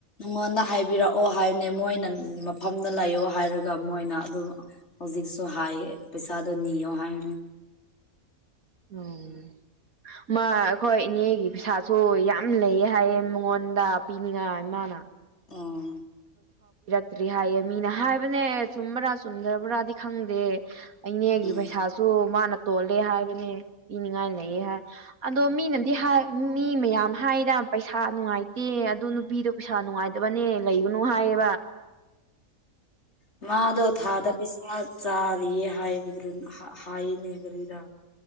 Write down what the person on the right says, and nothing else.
ꯎꯝ ꯃꯥ ꯑꯩꯈꯣꯏ ꯏꯅꯦꯒꯤ ꯄꯩꯁꯥꯁꯨ ꯌꯥꯝ ꯂꯩꯌꯦ ꯍꯥꯏꯌꯦ ꯃꯉꯣꯟꯗ ꯄꯤꯅꯤꯡꯉꯥꯏ ꯏꯃꯅ
ꯠꯇ꯭ꯔꯤ ꯍꯥꯏꯌꯦ ꯃꯤꯅ ꯍꯥꯏꯕꯅꯦ ꯆꯨꯝꯕ꯭ꯔꯥ ꯆꯨꯝꯗ꯭ꯔꯕ꯭ꯔꯥꯗꯤ ꯈꯪꯗꯦ ꯑꯩꯅꯦꯒꯤ
ꯄꯩꯁꯥꯁꯨ ꯃꯥꯅ ꯇꯣꯜꯂꯦ ꯍꯥꯏꯕꯅꯦ ꯄꯤꯅꯤꯡꯉꯥꯏ ꯂꯩꯌꯦ ꯍꯥꯏ ꯑꯗꯣ ꯃꯤꯅꯗꯤ ꯍꯥꯏ ꯃꯤ ꯃꯌꯥꯝ ꯍꯥꯏꯗ ꯄꯩꯁꯥ ꯅꯨꯡꯉꯥꯏꯇꯦ ꯑꯗꯣ ꯅꯨꯄꯤꯗꯣ ꯄꯩꯁꯥ ꯅꯨꯡꯉꯥꯏꯇꯕꯅꯦ ꯂꯒꯨꯅꯨꯍ ꯑꯦ